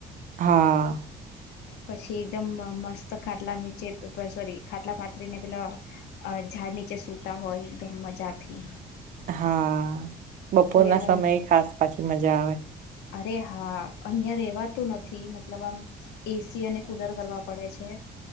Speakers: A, on the right; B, on the left.
A: હા
B: પછી એકદમ મસ્ત ખાટલા નીચે સોરી ખાટલા પાથરીને પેલા ઝાડ નીચે સૂતા હોય, એકદમ મજાથી
A: હા બપોર
B: તો
A: ના
B: એવું
A: સમય ખાસ પાછી મજા આવે
B: અરે હા અહિયાં રેવાતું નથી, મતલબ આમ એસી અને કુલર કરવા પડે છે,